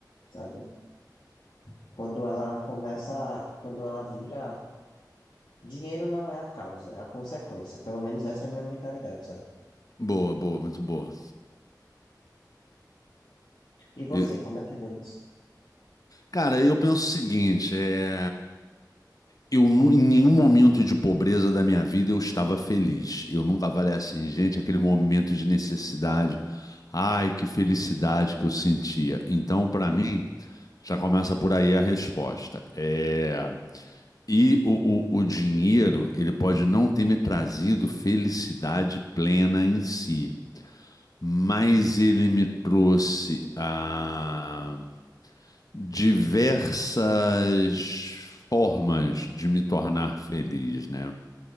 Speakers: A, on the left (about 90°); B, on the left (about 55°).
A: sabe? Quando ela começa, quando ela vira, dinheiro não é a causa, é a consequência. Pelo menos essa é a minha mentalidade, sabe?
B: boa, boa, muito boa.
A: E você,
B: E,
A: como é que vê isso?
B: cara, eu penso o seguinte, é... Eu, nu- em nenhum momento de pobreza da minha vida eu estava feliz. Eu nunca falei assim, gente, aquele momento de necessidade. Ai, que felicidade que eu sentia. Então, para mim, já começa por aí a resposta. É, E o, o, o dinheiro, ele pode não ter me trazido felicidade plena em si, mas ele me trouxe a diversas formas de me tornar feliz, né?